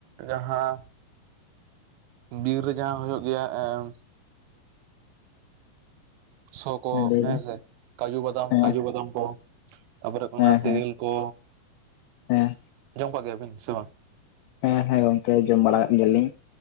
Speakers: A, on the right; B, on the left.
A: ᱡᱟᱦᱟᱸ ᱵᱤᱨ ᱨᱮ ᱡᱟᱦᱟᱸ ᱦᱩᱭᱩᱜ ᱜᱮᱭᱟ ᱮᱸ ᱥᱚ ᱠᱚ
B: ᱞᱟᱹᱭ
A: ᱦᱮᱸ
B: ᱢᱮ
A: ᱥᱮ᱾ ᱠᱟᱡᱩ ᱵᱟᱫᱟᱢ
B: ᱦᱮᱸ
A: ᱠᱟᱡᱩ ᱵᱟᱫᱟᱢ ᱠᱚ᱾ ᱛᱟᱯᱚᱨᱮ ᱠᱷᱟᱱ
B: ᱦᱮᱸ
A: ᱟᱨ ᱛᱮᱨᱮᱞ
B: ᱦᱮᱸ
A: ᱠᱚ᱾
B: ᱦᱮᱸ
A: ᱡᱚᱢ ᱠᱟᱜ ᱜᱮᱭᱟᱵᱤᱱ ᱥᱮ ᱵᱟᱝ?
B: ᱦᱮᱸ ᱦᱮᱸ ᱜᱚᱝᱠᱮ ᱡᱚᱢ ᱵᱟᱲᱟ ᱠᱟᱜ ᱜᱮᱭᱟᱞᱤᱧ᱾